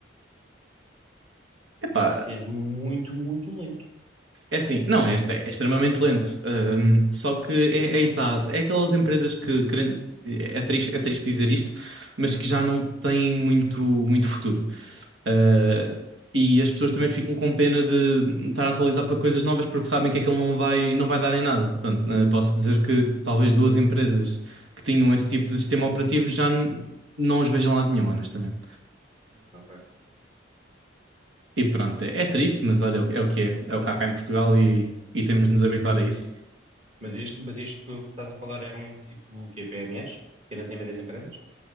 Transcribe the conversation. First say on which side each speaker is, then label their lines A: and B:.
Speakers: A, on the right; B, on the right.
A: Epá,
B: Deve ser muito, muito lento.
A: É assim, não, é este é extremamente lento. Ahm, só que é, aí tá, é aquelas empresas que, querem- é triste, é triste dizer isto, mas que já não têm muito, muito futuro. Ah, e as pessoas também ficam com pena de estar a atualizar para coisas novas porque sabem que aquilo não vai, não vai dar em nada. Portanto, ah, posso dizer que talvez duas empresas que tinham esse tipo de sistema operativo já n- não as vejam lá de nenhum, honestamente.
B: Ok.
A: E pronto, é, é triste, mas olha, é o é o que é. É o que há cá em Portugal e, e temos de nos habituar a isso.
B: Mas isto, mas isto que que estás a falar eram tipo o quê? PMEs? Pequenas e médias empresas?